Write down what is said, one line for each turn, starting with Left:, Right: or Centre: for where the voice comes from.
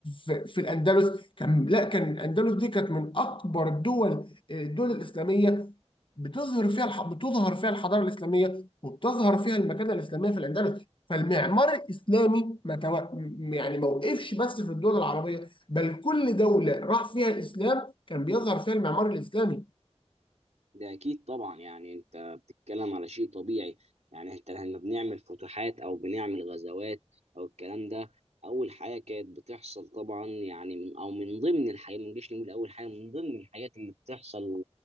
Left: في, في الاندلس كان لا كان الاندلس دي كانت من اكبر الدول الدول الاسلامية بتظهر فيها الح... بتظهر فيها الحضاره الاسلاميه وبتظهر فيها المكانه الاسلاميه في الاندلس فالمعمار الاسلامي ما تو... م- يعني ما وقفش بس في الدول العربيه بل كل دوله راح فيها الاسلام كان بيظهر فيها المعمار الاسلامي
Right: ده اكيد طبعا يعني انت بتتكلم على شيء طبيعي يعني انت لما بنعمل فتوحات او بنعمل غزوات او الكلام ده اول حاجه كانت بتحصل طبعا يعني من او من ضمن الحاجات ما نجيش نقول اول حاجه من ضمن الحاجات اللي بتحصل